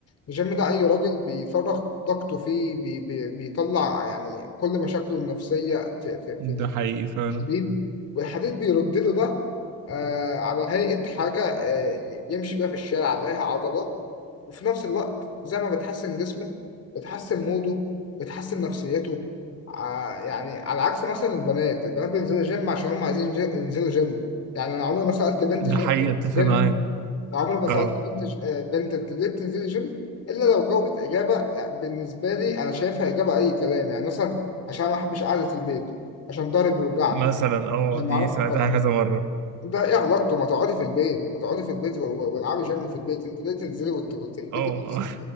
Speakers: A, on the left (about 55°); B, on the right (about 85°).
A: الجيم ده اي راجل بيفرغ طاقته فيه بي بي بيطلع يعني كل مشاكله النفسية في في في
B: ده حقيقي فعلا
A: حديد والحديد بيرد له ده آه على هيئة حاجة آه يمشي بيها في الشارع عليها عضلات وفي نفس الوقت زي ما بتحسن جسمه بتحسن موده بتحسن نفسيته ع- يعني على عكس مثلا البنات البنات بينزلوا جيم عشان هم عايزين جي- ينزلوا جيم يعني أنا عمري ما سألت بنت جي...
B: ده حقيقي اتفق
A: بنت
B: معاك
A: عمري ما سألت
B: اه
A: بنت ج... آه، بنت أنت ليه بتنزلي جيم إلا لو جاوبت إجابة يعني بالنسبة لي أنا شايفها إجابة أي كلام يعني مثلا عشان أنا ما بحبش قعدة البيت عشان ضهري بيوجعني
B: مثلا اه
A: عشان
B: دي
A: نعرف
B: سمعتها
A: طب
B: كذا مرة
A: انت ايه علاقته ما تقعدي في البيت ما تقعدي في البيت و- و- والعبي جيم في البيت انت ليه تنزلي وت- وتهلكي
B: اه
A: نفسك
B: اه